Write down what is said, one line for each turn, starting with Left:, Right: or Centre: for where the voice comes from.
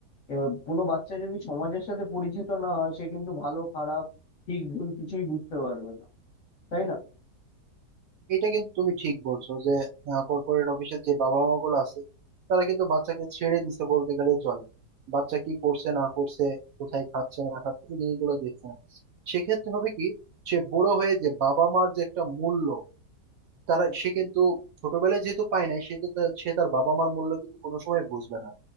Left: এবার কোনো বাচ্চা যদি সমাজের সাথে পরিচিত না হয় সে কিন্তু ভালো খারাপ ঠিক ভুল কিছুই বুঝতে পারবে না তাই না
Right: এটা কিন্তু তুমি ঠিক বলছো যে কর্পোরেট অফিসের যে বাবা মা গুলো আছে তারা কিন্তু বাচ্চাকে ছেড়ে দিছে বলতে গেলেই চলে বাচ্চা কি করছে না করছে কোথায় খাচ্ছে না খাচ্ছে এই জিনিসগুলো দেখছে না সেক্ষেত্রে হবে কি সে বড় হয়ে যে বাবা মার যে একটা মূল্য তারা সে কিন্তু ছোটবেলায় যেহেতু পায় নাই সে তো তার- সে তার বাবা মার মূল্য কিন্তু কোনো সময় বুঝবে না